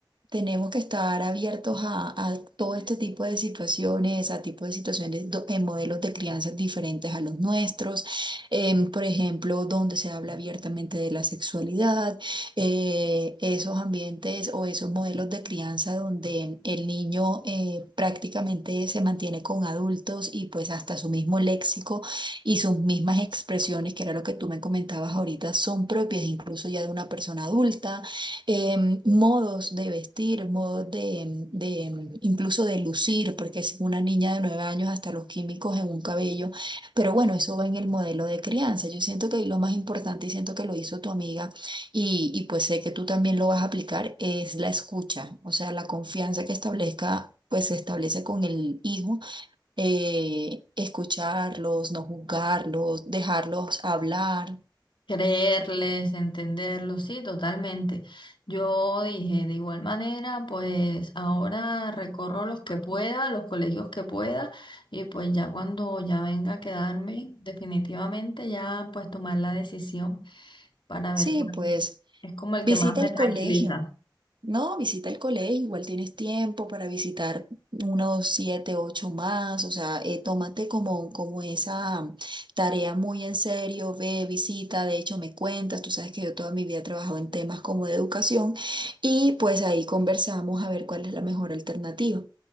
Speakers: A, on the right (about 70°); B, on the left (about 75°).
A: tenemos que estar abiertos a, a todo este tipo de situaciones, a tipo de situaciones do- en modelos de crianza diferentes a los nuestros, em, por ejemplo, donde se habla abiertamente de la sexualidad, eh, esos ambientes o esos modelos de crianza donde el niño eh, prácticamente se mantiene con adultos y pues hasta su mismo léxico y sus mismas expresiones, que era lo que tú me comentabas ahorita, son propias incluso ya de una persona adulta, em, modos de vestir, modos de, de, incluso de lucir, porque es una niña de nueve años hasta los químicos en un cabello, pero bueno, eso va en el modelo de crianza. Yo siento que ahí lo más importante y siento que lo hizo tu amiga y, y pues sé que tú también lo vas a aplicar, es la escucha, o sea, la confianza que establezca, pues se establece con el hijo eh, escucharlos, no juzgarlos, dejarlos hablar.
B: Creerles, entenderlos, sí, totalmente. Yo dije, de igual manera, pues ahora recorro los que pueda, los colegios que pueda, y pues ya cuando ya venga a quedarme, definitivamente ya pues tomar la decisión para ver
A: Sí,
B: cuál
A: pues
B: es como el
A: visita
B: que más me
A: el
B: tranquiliza.
A: colegio, ¿no? Visita el colegio, igual tienes tiempo para visitar unos siete, ocho más, o sea, eh, tómate como, como esa tarea muy en serio, ve, visita, de hecho me cuentas, tú sabes que yo toda mi vida he trabajado en temas como de educación y pues ahí conversamos a ver cuál es la mejor alternativa.